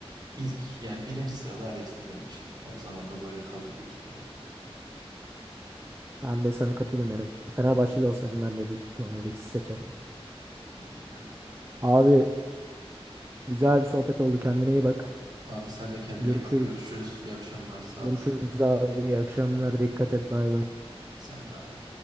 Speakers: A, on the right; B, on the right.
A: ilk yani birinci sırada Alex'tir benim için. Her zaman da böyle kalır büyük ihtimal.
B: Ben de sana katılıyorum yani. Fenerbahçeli olsaydım ben de büyük ihtimal Alex'i seçerdim.
A: Yani aynen öyle.
B: Abi güzel bir sohbet oldu. Kendine iyi bak.
A: Abi sen de kendine
B: Görüşürüz.
A: iyi bak. Görüşürüz. İyi akşamlar. Sağ
B: Görüşürüz
A: ol.
B: abi. İyi akşamlar. Dikkat et. Bay bay.
A: Sen de abi.